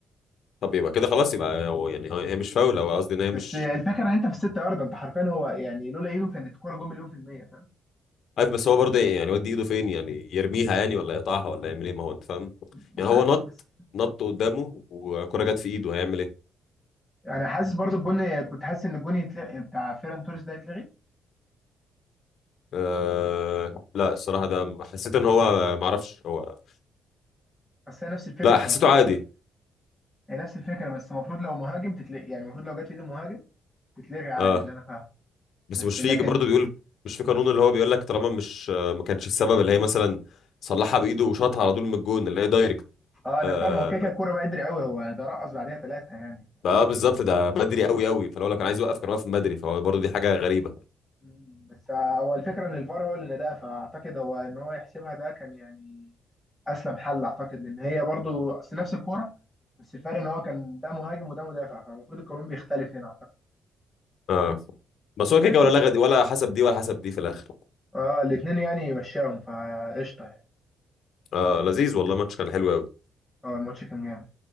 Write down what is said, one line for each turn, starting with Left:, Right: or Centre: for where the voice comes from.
Left: طب يبقى كده خلاص يبقى هو يعني هي مش فاول او قصدي ان هي مش
Centre: بس آه، الفكرة ان انت في الستة ياردة انت حرفيا هو يعني لولا ايده كانت الكورة جون مليون في المية فاهم
Left: عارف بس هو برضه يعني يودي ايده فين يعني يرميها يعني ولا يقطعها ولا يعمل ايه ما هو انت فاهم
Centre: مش
Left: يعني هو
Centre: عارف
Left: نط
Centre: بس
Left: نط قدامه وكرة جت في ايده هيعمل ايه؟
Centre: يعني حاسس برضو الجون كنت حاسس ان الجون يتلغي بتاع فيران توريس ده يتلغي
Left: أه لا الصراحة ده حسيت ان هو معرفش هو
Centre: بس هي نفس الفكرة
Left: لا
Centre: تعتبر
Left: حسيته عادي
Centre: هي نفس الفكرة بس المفروض لو مهاجم تتلغي يعني المفروض لو جت في ايد المهاجم تتلغي عادي
Left: اه
Centre: اللي انا فاهمه
Left: بس
Centre: بس
Left: مش
Centre: لكن
Left: في برضه بيقول مش في قانون اللي هو بيقول لك طالما مش آه، ما كانش السبب اللي هي مثلا صلحها بايده وشاطها على طول من الجون اللي هي دايركت
Centre: اه انا
Left: آه
Centre: فاهم هو كده كده الكوره بقى قدر قوي هو ده رقص بعديها ثلاثه يعني
Left: بقى بالظبط ده بدري قوي قوي فلو لو كان عايز يوقف كان واقف من بدري فهو برضه دي حاجة غريبة
Centre: مم. بس هو الفكره ان الفار هو اللي ناداها فاعتقد هو ان هو يحسبها ده كان يعني اسلم حل اعتقد لان هي برضو اصل نفس الكوره بس الفرق ان هو كان ده مهاجم وده مدافع فالمفروض القانون بيختلف هنا اعتقد
Left: اه بس
Centre: مش متاكد
Left: هو كده كده ولا
Centre: يعني
Left: لغة دي ولا حسب دي ولا حسب دي في الاخر
Centre: اه الاثنين يعني مشاهم فقشطه يعني
Left: اه لذيذ والله ماتش كان حلو قوي
Centre: اه الماتش كان جامد